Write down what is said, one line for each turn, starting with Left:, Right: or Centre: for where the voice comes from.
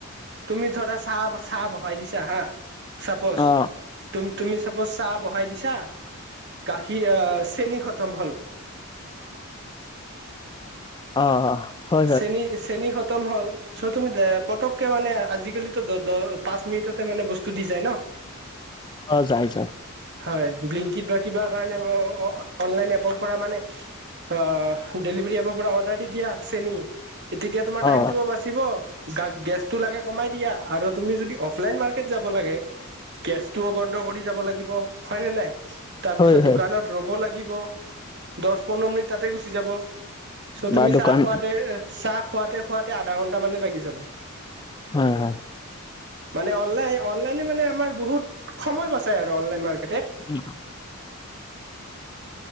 Right: তুমি ধৰা চাহ চাহ বহাই দিছা হা চাপজ
Left: অ
Right: তুম তুমি চাপজ চাহ বহাই দিছা। গাখীৰ চেনী খতম হল।
Left: অ অ।
Right: চেনী চেনী সত। উম হল চ' তুমি দে পতককে মানে আজিকালি দ পাঁচ মিনিটতে মানে বস্তু দি যায় ন।
Left: অ। যায় যায়
Right: হয় বিলিংকিত বা কিবা কাৰণে মই অ অনলাইন এপৰ পৰা মানে অ ডেলিভাৰী এপৰ পৰা অৰ্ডাৰ দি দিয়া চেনী। তেতিয়া তোমাৰ টাইমতটোও
Left: অ
Right: বাচিব গ গেছটো লাগে কমাই দিয়া আৰু তুমি যদি অফলাইন মাৰ্কেট যাব লাগে কেচটোও বন্ধ কৰি যাব লাগিব হয় নে নাই। তাৰপিছত
Left: হয় হয়
Right: দোকানত ৰব লাগিব দহ পোন্ধৰ মিনিট তাতে গুচি যাব। চ
Left: বা
Right: তুমি
Left: দোকান
Right: চাহ খুৱতে চাহ খুৱতে খুৱতে আধা ঘন্টা মানে লাগি যাব।
Left: হয় হয়।
Right: মানে অনলাইন অনলাইনে মানে আমাৰ বহুত সময় বাছাই আৰু অনলাইন মাৰ্কেট।
Left: <unintelligible>